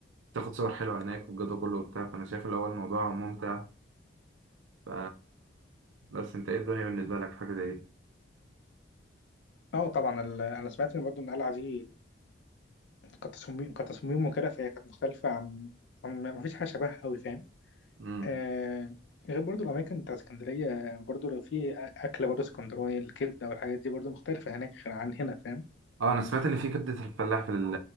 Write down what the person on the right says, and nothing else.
تاخد صور حلوة هناك والجو ده كله وبتاع فانا شايف اللي هو الموضوع ممتع ف بس انت ايه الدنيا بالنسبة لك في حاجة زي دي
امم
اه انا سمعت ان في كبدة الفلاح في ال...